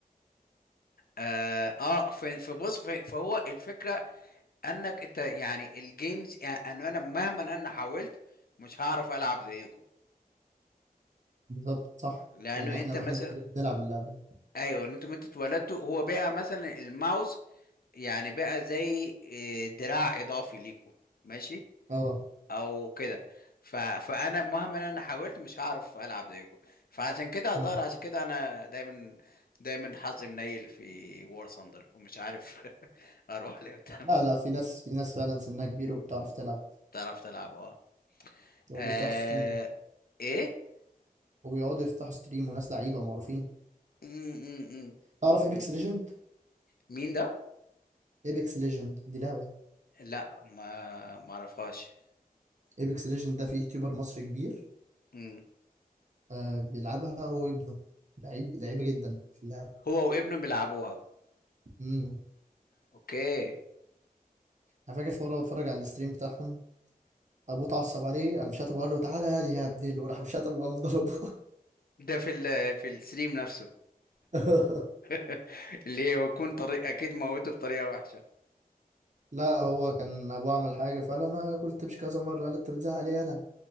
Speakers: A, on the left; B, on the right.
A: اه, آه ف- فبص ف- فهو الفكرة انك انت يعني الجيمز يعني انا مهما انا حاولت مش هعرف العب زيكم
B: بالظبط صح
A: لانه
B: لان احنا
A: انت
B: واحنا
A: مثلا
B: صغيرين بنلعب اللعبة
A: ايوه ان انتوا انتوا اتولدتوا هو بقى مثلا الماوس يعني بقى زي إيه، دراع اضافي ليكوا ماشي
B: اه
A: او كده ف... فانا مهما انا حاولت مش هعرف العب زيكم فعشان كده هضطر
B: م.
A: عشان كده انا دايما دايما حظي منيل في وور ثاندر ومش عارف <laughs> اروح لقدام
B: لا لا في ناس في ناس فعلا سنها كبير وبتعرف تلعب
A: تعرف تلعب اه
B: وبيفتحوا
A: آه،
B: ستريم
A: ايه
B: وبيقعدوا يفتحوا ستريم وناس لعيبة ومعروفين
A: م -م -م.
B: تعرف ايبكس
A: م.
B: ليجند
A: مين ده
B: ايبكس ليجند دي لعبة
A: لا ما ما اعرفهاش
B: ايبكس ليجند ده في يوتيوبر مصري كبير
A: مم.
B: آه بيلعبها هو وابنه لعيب لعيبة جدا في اللعبة
A: هو وابنه بيلعبوها
B: امم
A: اوكي
B: انا فاكر في مرة بتفرج على الستريم بتاعهم ابوه اتعصب عليه قام شاتم وقال له تعالى يا دي يا ابني وراح مشاتم وقام ضربه
A: ده في ال في الستريم نفسه
B: <laughs>
A: <laughs> اللي هي يكون طريق اكيد موته بطريقه وحشه
B: لا هو كان ابوه عمل حاجة فقال انا قلت مش كذا مرة قال انت بتزعق ليه يالا